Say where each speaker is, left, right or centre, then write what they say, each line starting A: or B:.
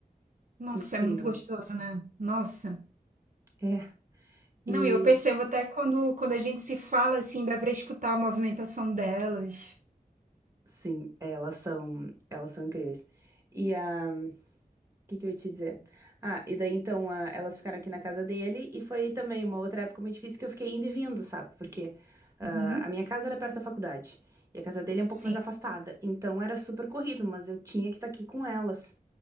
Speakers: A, on the right; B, on the right.
A: Nossa,
B: Incrível.
A: é muito gostoso, né? Nossa.
B: É,
A: Não,
B: e
A: e eu percebo até quando, quando a gente se fala, assim, dá pra escutar a movimentação delas.
B: sim, elas são, elas são incríveis. E a que que eu ia te dizer? Ah, e daí então a- elas ficaram aqui na casa dele e foi também uma outra época muito difícil que eu fiquei indo e vindo, sabe? Porque ah,
A: Uhum.
B: a minha casa era perto da faculdade e a casa dele é um pouco
A: Sim.
B: mais afastada, então era super corrido, mas eu tinha que estar aqui com elas.